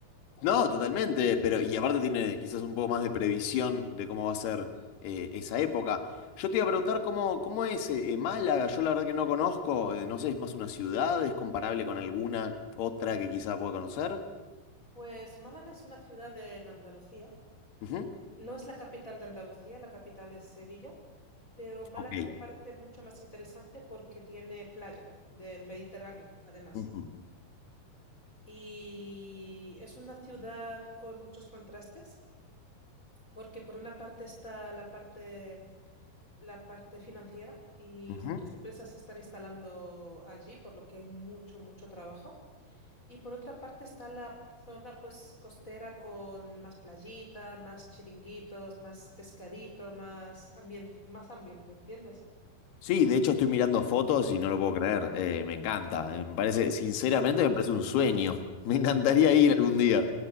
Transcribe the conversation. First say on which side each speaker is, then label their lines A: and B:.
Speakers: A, on the left (about 75°); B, on the left (about 20°).
A: No, totalmente, pero y aparte tiene quizás un poco más de previsión de cómo va a ser eh, esa época. Yo te iba a preguntar cómo, cómo es eh, eh, Málaga, yo la verdad que no conozco, eh, no sé, es más una ciudad, es comparable con alguna otra que quizás pueda conocer.
B: Pues Málaga es una ciudad en Andalucía,
A: Ujú,
B: no es la capital de Andalucía, la capital es Sevilla, pero Málaga
A: Ok.
B: me parece mucho más interesante porque tiene playa del Mediterráneo, además.
A: ujú,
B: Y es una ciudad con muchos contrastes. Porque por una parte está la parte, la parte financiera y
A: ujú.
B: muchas empresas se están instalando allí, por lo que hay mucho, mucho trabajo. Y por otra parte está la zona pues costera con más playita, más chiringuitos, más pescadito, más ambien- más ambiente, ¿entiendes?
A: Sí, de hecho estoy mirando fotos y no lo puedo creer, eh, me encanta, eh, me parece, sinceramente me parece un sueño, me encantaría
B: Sí.
A: ir algún día.